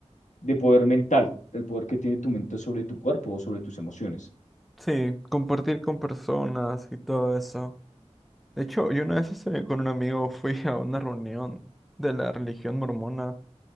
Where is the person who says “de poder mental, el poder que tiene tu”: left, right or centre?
Left